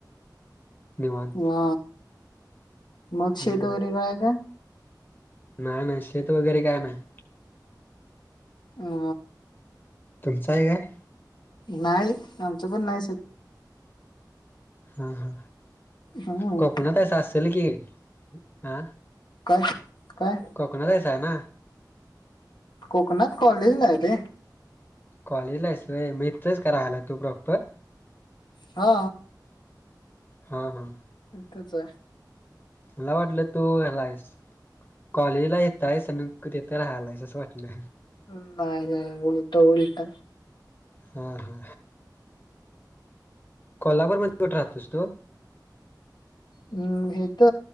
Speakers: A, on the left (about 25°); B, on the left (about 75°).
A: निवांत
B: वा मग
A: हम्म
B: शेत वगैरे काय हाय का
A: नाही ना शेत वगैरे काय नाही
B: हम
A: तुमचं आहे काय
B: नाही आमचं पण नाहीच
A: हा, हा
B: हम्म
A: कोकणातस अस असत की आं
B: काय काय
A: कोकणातयच आहे ना
B: कोकणात कॉलेजला आहे रे
A: कॉलेजला करायला की तू इथलाच आहेस तू प्रॉपर
B: हा
A: हा, हा
B: इथच आहे
A: मला वाटलं तू ह्याला आहेस कॉलेजला येतय स क तेथ राहायलायच असं वाटलं
B: नाही, नाही उलट, उल्ट
A: हा, हा कोल्हापूरमध्ये कुठे राहतोस तू
B: हम्म ह हित